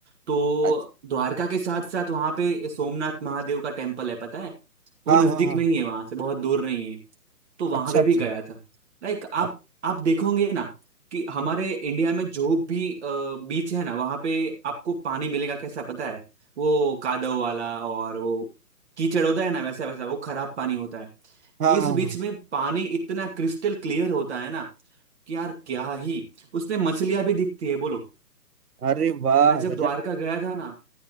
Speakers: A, on the right; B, on the right.
A: तो
B: अच्छा
A: द्वारका के साथ साथ वहां पे सोमनाथ महादेव का टेम्पल है पता है वो
B: हाँ
A: नजदीक
B: हाँ हाँ
A: में ही है वहां से बहुत दूर नहीं है तो वहां
B: अच्छा
A: पे
B: अच्छा
A: भी गया था लाइक आप
B: हाँ
A: आप देखोगे ना कि हमारे इंडिया में जो भी बीच है ना वहां पे आपको पानी मिलेगा कैसा पता है वो कादव वाला और वो कीचड़ होता है ना वैसा वैसा वो खराब पानी होता है
B: हाँ
A: इस
B: हाँ
A: बीच में पानी इतना क्रिस्टल क्लियर होता है ना कि यार क्या ही उसमें मछलियां भी दिखती है बोलो
B: अरे वाह
A: मैं जब
B: गजब
A: द्वारका गया था ना